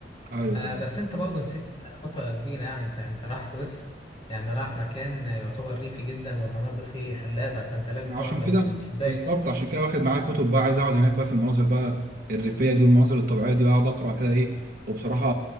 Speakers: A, on the right; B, on the left.
A: ايوه
B: آه بس انت برضه نسيت نقطه كبيره يعني انت انت رايح سويسرا يعني رايح مكان يعتبر ريفي جدا والمناظر فيه خلابه فانت لازم
A: عشان
B: تقعد جنب
A: كده
B: الشباك
A: بالظبط عشان كده واخد معايا كتب بقى عايز اقعد هناك بقى في المناظر بقى الريفيه دي والمناظر الطبيعيه دي واقعد اقرا كده ايه وبصراحه